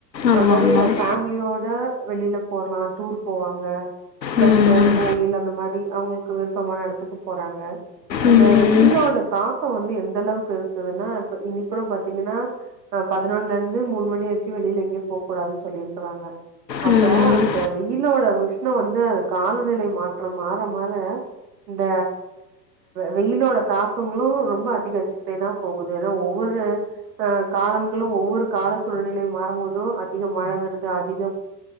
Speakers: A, on the left; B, on the right.
A: ஆமாம்
B: அது மாரி
A: ஆமாம்
B: ஃபேமிலியோட வெளில போலாம் டூர் போவாங்க பிளஸ்
A: ம்
B: கோயில் அந்த மாரி அவங்களுக்கு விருப்பமான இடத்துக் எடத்துக்கு போறாங்க அந்த
A: ம்
B: வெயிலோட தாக்கோ வந்து எந்த அளவுக்கு இருக்குதுன்னா இப்ப இன்னிக் கூடப் பாத்தீங்கனா அ பதினொன்னுலருந்து மூணு மணி வரக்யு வெளில எங்கயு போக் கூடாது சொல்லிருக்கறாங்க அப்ப
A: ம்
B: அந்த
A: ம்
B: வெயிலோட உஷ்ணம் வந்து அது காலநிலை மாற்றம் மாற மாற இந்த வெயிலோட தாக்கங்ளும் ரொம்ப அதிகரிச்சுக்கிட்டே தான் போகுது ஏன்னா ஒவ்வொரு அஹ் காலங்களும் ஒவ்வொரு கால சூழ்நிலை மாறும்போதும் அதிக மழ வருது அதிக